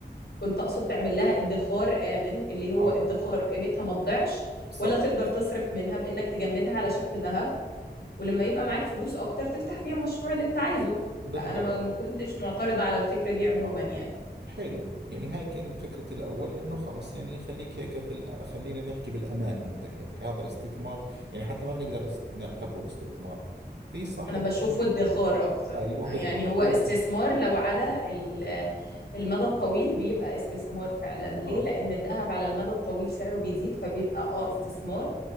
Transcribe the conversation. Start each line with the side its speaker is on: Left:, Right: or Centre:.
Left: كنت اقصد تعمل لها ادخار آمن اللي هو
Right: آه
Left: ادخار قيمتها ما تضيعش
Right: صح
Left: ولا تقدر تصرف منها بانك تجمدها على شكل ذهب ولما يبقى معاك فلوس اكتر تفتح فيها المشروع اللي انت عايزه
Right: بالضبط
Left: فانا ما ما كنتش معترضة على الفكرة دي عموما
Right: اه
Left: يعني
Right: اه حلو يعني هاي كانت فكرة الأول إنه خلص يعني خليك هيك في الأ- خلينا نحكي بالأمان أنت هيك هذا استثمار يعني حتى ما بنقدر نس- نعتبره استثمار في صاحب
Left: انا بشوفه
Right: فهم-
Left: ادخار اكتر
Right: أيوة
Left: يعني
Right: بالضبط
Left: هو
Right: هو
Left: استثمار لو على ال- المدى الطويل بيبقى استثمار فعلا ليه
Right: آه
Left: لان الذهب على المدى الطويل سعره بيزيد فبيبقى اه استثمار